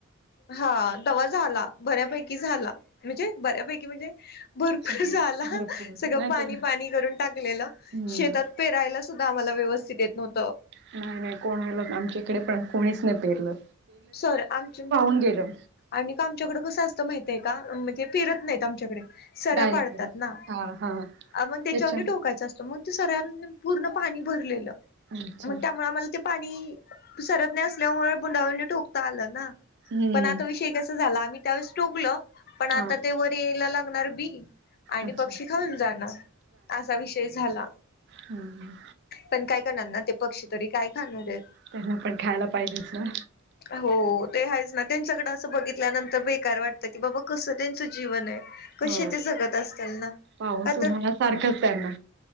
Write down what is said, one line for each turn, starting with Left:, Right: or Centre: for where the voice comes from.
Left: हां तवा झाला बऱ्यापैकी झाला म्हणजे बऱ्यापैकी म्हणजे- भरपूर
Right: चांगलेच
Left: झाला
Right: भरपूर
Left: सगळं
Right: नाही
Left: पाणी
Right: तर
Left: पाणी करून टाकलेलं
Right: हम्म
Left: शेतात- पेरायला सुद्धा आम्हाला व्यवस्थित येत नव्हतं.
Right: नाही, नाही कोणला आमच्या इकडे पण कोणीच नाही पेरलं.
Left: सर आमची
Right: गेल.
Left: आणि का आमच्याकडें कसं असतं माहित आहे का म्हणजे फिरत नाहीत आमच्याकडे. सऱ्या
Right: डायरेक्ट
Left: पाडतात ना
Right: हा हा
Left: मग त्याच्यावर
Right: त्याच्या
Left: टोकायच असत मग ते सर्यात पूर्ण पाणी भरलेलं
Right: अच्छा
Left: मग त्यामुळे आम्हाला ते पाणी सरत नाही असल्यामुळे बुंडावनी ठोकता आलं ना
Right: हम्म.
Left: षय कसा झाला आम्ही त्यावेळेस टोकल पण आता
Right: हा
Left: ते वर यायला लागणार बी. आणि
Right: अच्छा
Left: पक्षी खाऊन जाणार असा विषय झाला.
Right: हम्म
Left: पण काय करणार ना ते पक्षी तरी काय खाणार आहेत.
Right: त्यांना पण खायला पाहिजेच ना.
Left: हो हो ते हायच ना त्यां सगळं असं बघितल्यानंतर बेकार वाटतं की बाबा कसं त्यांचं जीवन आहे. कशी
Right: हो
Left: ते जगत असत्याल ना
Right: पाऊस
Left: का
Right: उन्हाला
Left: तर
Right: सारखंच त्यांना